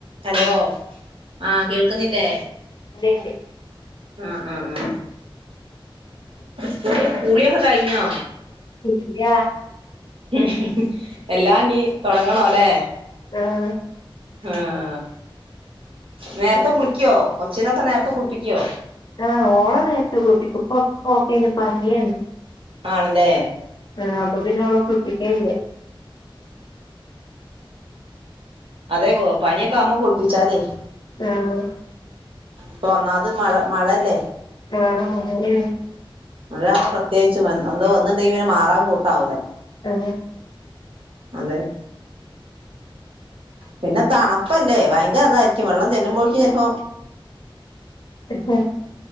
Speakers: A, on the right; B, on the left.
A: Hello ആഹ കേൾക്കുന്നില്ലേ
B: ണ്ട് ണ്ട്
A: മ്മ് മ്മ്മ്മ് കുളി കുളി ഒക്കെ കഴിഞ്ഞോ?
B: കുളില്ലാ
A: ഉ ഹ് ഹ് എല്ലാം നീ തുടങ്ങണോല്ലെ
B: ആഹ
A: ആഹ നേരത്തെ കുളിക്കോ കൊച്ചിനൊക്കെ നേരത്തെ കുളിപ്പിക്കോ?
B: ആഹ ഓളെ നേരത്തെ കുൾപ്പിക്കു പ്പ കോപ്പ പനിയാണ്
A: ആണല്ലേ
B: ആ അപ്പൊ പിന്നെ ഓളെ കുളപ്പിക്കയില്ല്യ
A: അതെ കോ പനിയൊക്കെ അമ കുളിപ്പിച്ചാലേ
B: ആഹ
A: പ്പൊ ഒന്നാമത് മഴ മഴല്ലേ
B: ആ ഉ നാ
A: മഴങ് പ്രത്യേകിച്ചും വന്ന് വന്നിണ്ടെങ്കി ഇനെ മാറാൻ കൂട്ടാവൂല്ല
B: ആ
A: അതെ പിന്നെ തണപ്പല്ലേ ഭയങ്കര ഇതായിരിക്കും വെള്ളം ചെല്ലുമ്പോഴേക്കും ചെൽപ്പോ
B: അ